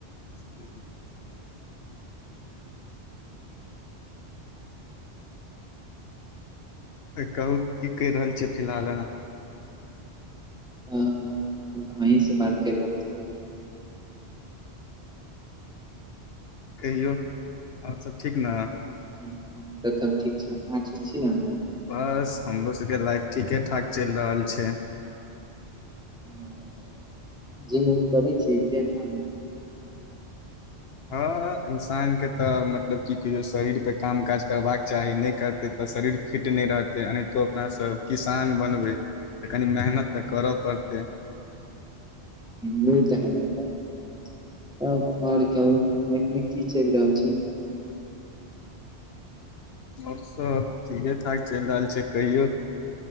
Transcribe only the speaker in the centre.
<unintelligible>
अ <inaudible> अखन तऽ अहीं से बात कइ रहल छी
<unintelligible>
<inaudible> जिम उम करै छी के नै
हू ओ तऽ हेबै करत <inaudible> तब और कहु लेकिन इ की चैल रहल छै